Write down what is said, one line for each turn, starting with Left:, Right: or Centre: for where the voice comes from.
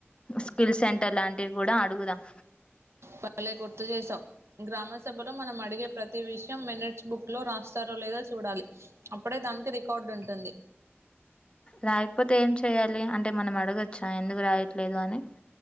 Left: స్కిల్ సెంటర్ లాంటి కూడా ఆడు అడుగుదాం
Right: బలే గుర్తు చేసాం గ్రామ సభలో మనం అడిగే ప్రతి విషయం మినిట్స్ బుక్ లో రాస్తారో లేదా చూడాలి అప్పుడే దానికి రికార్డు ఉంటుంది
Left: రాయకపోతే ఏం చెయ్యాలి అంటే మనం అడగొచ్చా ఎందుకు రాయట్లేదు అని